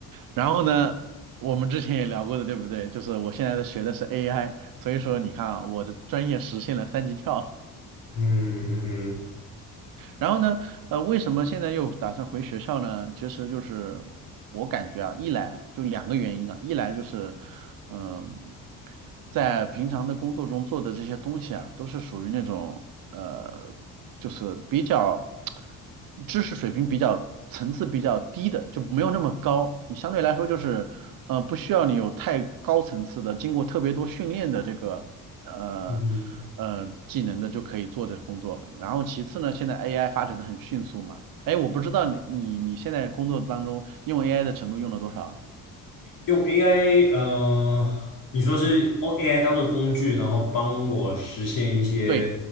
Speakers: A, on the right; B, on the left.
A: 然后呢，我们之前也聊过的，对不对？就是我现在的学的是 AI，所以说你看啊，我的专业实现了三级跳。
B: 嗯嗯哼
A: 然后呢，呃，为什么现在又打算回学校呢？其实就是我感觉啊，一来就两个原因啊，一来就是，嗯、在平常的工作中做的这些东西啊，都是属于那种呃，就是比较知识水平比较层次比较低的，就没有那么高。你相对来说就是，呃，不需要你有太高层次的，经过特别多训练的这个呃
B: 嗯哼，
A: 呃技能的就可以做的工作。然后其次呢，现在 AI 发展的很迅速嘛，哎，我不知道你你你现在工作当中用 AI 的程度用了多少啊
B: 用 AI，呃，你说是用 AI 当做工具，然后帮我实现一些
A: 对